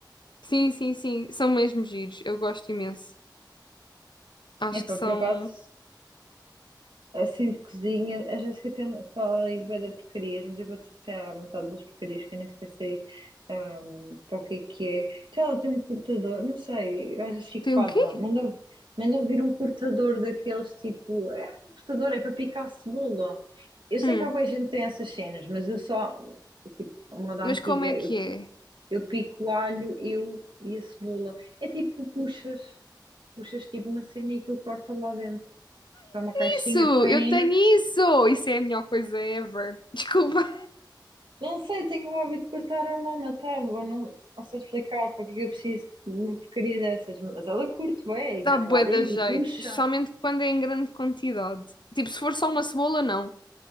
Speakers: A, on the left (about 75°); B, on the right (about 90°).
A: Sim, sim, sim, são mesmo giros, eu gosto imenso. Acho
B: é, Epá,
A: que são.
B: por acaso, assim de cozinha, a Jéssica tem uma fala ali bué da porcarias, mas eu vou te dizer a metade das porcarias que eu nem sequer sei ahm, para o que é que é. Então ela tem um cortador, não sei, eu acho chique
A: Tem
B: parva,
A: um quê?
B: mandou, mandou vir um cortador daqueles tipo, é um cortador, é para picar cebola. Eu sei
A: Hum,
B: que há boa gente que tem essas cenas, mas eu só, tipo, a moda
A: mas
B: antiga,
A: como é que
B: eu
A: é?
B: Eu pico o alho, eu e a cebola. É tipo, puxas, puxas tipo uma cena e aquilo corta lá dentro. É uma caixinha
A: isso,
B: pequenina.
A: eu tenho isso! Isso é a melhor coisa ever. Desculpa,
B: Não sei, tenho o hábito de cortar a mão na tábua, não, não sei explicar porque é que eu preciso de uma porcaria dessas. Mas ela curte
A: <laughs>
B: bem,
A: dá
B: e mete
A: bué
B: lá dentro
A: da jeito,
B: e puxa.
A: especialmente quando é em grande quantidade. Tipo, se for só uma cebola, não.